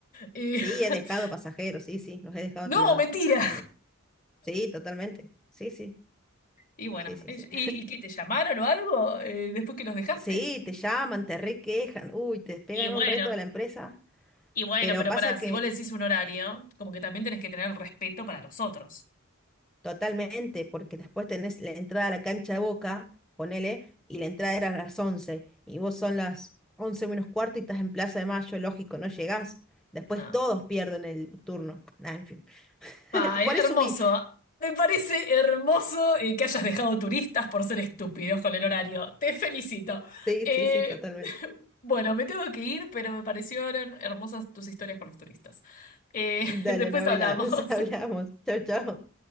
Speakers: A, on the left; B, in the centre.
A: Y-
B: Sí, he
A: <laughs>
B: dejado pasajeros, sí, sí, los he dejado
A: No,
B: tirados,
A: mentira.
B: totalmente. Sí, totalmente. Sí, sí,
A: Y bueno,
B: sí, sí,
A: ¿y,
B: sí.
A: y qué te llamaron o algo eh, después que los dejaste?
B: Sí, te llaman, te requejan, uy, te pegan
A: Y bueno.
B: un reto de la empresa,
A: Y bueno,
B: pero
A: pero
B: pasa
A: pará,
B: que
A: si vos le decís un horario, como que también tenés que tener el respeto para los otros.
B: totalmente, porque después tenés la entrada a la cancha de Boca, ponele, y la entrada era a las 11 y vos son las 11 menos cuarto y estás en Plaza de Mayo, lógico, no llegás. Después
A: No.
B: todos pierden el turno. Nah, en fin.
A: Ay,
B: <laughs> Por
A: hermoso.
B: eso subí.
A: Me parece hermoso eh, que hayas dejado turistas por ser estúpidos con el horario. Te felicito.
B: Sí,
A: Eh,
B: sí, sí, totalmente.
A: <laughs> bueno, me tengo que ir, pero me parecieron hermosas tus historias con los turistas. Eh,
B: Dale,
A: <laughs> después
B: Anabela,
A: hablamos.
B: nos <laughs> hablamos. Chao, chao.